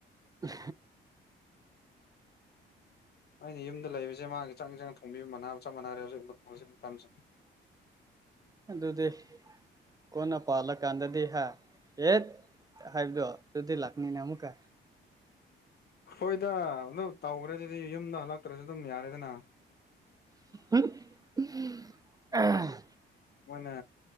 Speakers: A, on the right; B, on the left.
A: ꯑ
B: ꯑꯩꯅ ꯌꯨꯝꯗ ꯂꯩꯕꯁꯦ ꯃꯥꯒꯤ ꯆꯪ ꯆꯪꯅ ꯊꯣꯡꯕꯤꯕ ꯃꯥꯟꯅꯕ ꯆꯞ ꯃꯥꯟꯅꯔꯦ ꯍꯧꯖꯤꯛ ꯍꯧꯖꯤꯛ ꯃꯇꯝꯁꯦ
A: ꯑꯗꯨꯗꯤ ꯀꯣꯟꯅ ꯄꯥꯜꯂꯀꯥꯟꯗꯗꯤ ꯍꯥ ꯑꯦꯠ ꯍꯥꯏꯕꯗꯣ ꯑꯗꯨꯗꯤ ꯂꯥꯛꯅꯤꯅꯦ ꯑꯃꯨꯛꯀꯥꯏ
B: ꯍꯣꯏꯗ ꯑꯗꯨ ꯇꯧꯈ꯭ꯔꯦꯗꯤꯗꯤ ꯌꯨꯝꯗ ꯍꯜꯂꯛꯇ꯭ꯔꯁꯨ ꯑꯗꯨꯝ ꯌꯥꯔꯦꯗꯅ
A: ꯎ
B: ꯃꯣꯏꯅ